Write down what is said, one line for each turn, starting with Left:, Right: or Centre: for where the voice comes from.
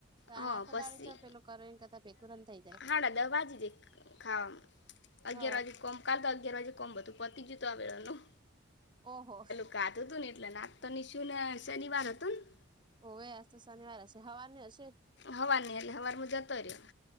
Right: તાણ
Left: હ
Right: આખો
Left: પછી
Right: દાડી જો પેલું કરો એન કરતા ભેગું રન થઈ જાય
Left: હાડા દહભાજી જ ખાવામાં અગિયાર
Right: હ
Left: વાગે કોમ કાલ તો અગિયાર વાજે કોમ હતું પતી ગયતું આ વેા નનું
Right: ઓહો!
Left: ગાત હતું ને એટલે નાતોની શું ને શનિવાર હતું ને
Right: ઓવે શનિવાર હશે, હવાની હશે
Left: હવા નહી એલે હવાર મુજાતો રહ્યો